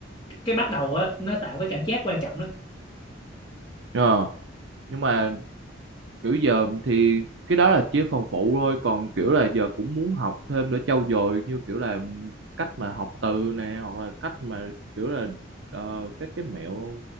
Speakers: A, on the left (about 25°); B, on the right (about 70°).
A: cái bắt đầu á nó tạo cái cảm giác quan trọng đó
B: Ờ, nhưng mà kiểu giờ thì cái đó là chỉ phần phụ thôi còn kiểu là giờ cũng muốn học thêm để trau dồi như kiểu là cách mà học từ nè hoặc là cách mà kiểu là ờ, các cái mẹo